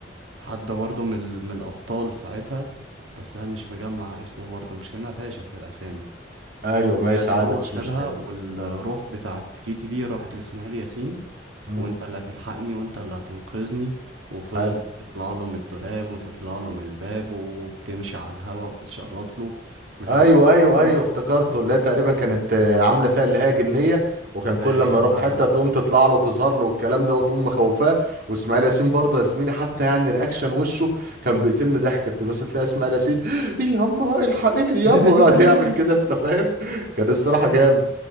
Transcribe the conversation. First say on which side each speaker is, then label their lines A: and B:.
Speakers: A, on the right (about 85°); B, on the right (about 55°).
A: حد برضه من, ال- من الأبطال ساعتها بس أنا مش مجمع اسمه برضه مش كأنها فاشل في الأسامي
B: ايوه
A: المهم
B: ماشي
A: يعني إن
B: عادي
A: هو
B: مفيش
A: قتلها
B: مشكلة
A: والروح بتاعت كيتي دي راحت لإسماعيل ياسين
B: مم.
A: وأنت اللي هتلحقني وأنت اللي هتنقذني وفضلت
B: حلو
A: تطلع له من الدولاب وتطلع له من الباب وبتمشي على الهوا وتتشقلط له ما كان
B: ايوه
A: إسماعيل
B: ايوه
A: ياسين
B: ايوه افتكرته اللي هي تقريبا كانت آه، عامله فيها اللي هي جنيه وكان كل
A: أيوه
B: لما يروح في حته تقوم تطلع له وتظهر له والكلام ده وتقوم مخوفاه واسماعيل ياسين برضه يا زميلي حتى يعني رياكشن وشه كان بيقتلني ضحك كنت مثلا تلاقي اسماعيل ياسين <gasps> ياما الحقيني ياما
A: <laughs>
B: ويقعد يعمل كده انت فاهم كان الصراحه جامد